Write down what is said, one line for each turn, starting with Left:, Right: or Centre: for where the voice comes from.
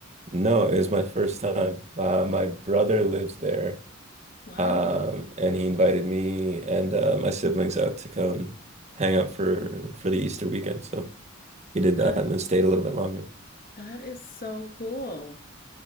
Right: no, it was my first time. Uh, my brother lives there,
Left: Wow.
Right: um, and he invited me and uh, my siblings out to come hang out for for the Easter weekend. So we did
Left: That
Right: that and then stayed a little bit longer.
Left: that is so cool.